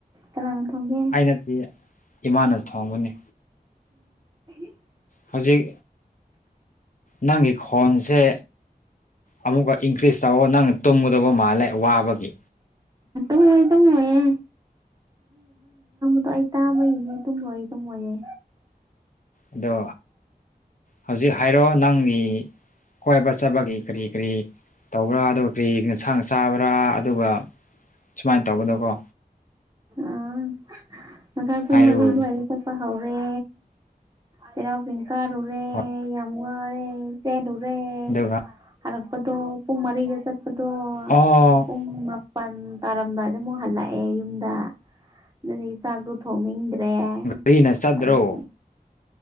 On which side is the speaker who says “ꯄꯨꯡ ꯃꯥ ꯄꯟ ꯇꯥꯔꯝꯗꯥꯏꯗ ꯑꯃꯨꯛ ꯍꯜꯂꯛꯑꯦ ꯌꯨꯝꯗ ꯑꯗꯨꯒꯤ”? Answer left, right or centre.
Right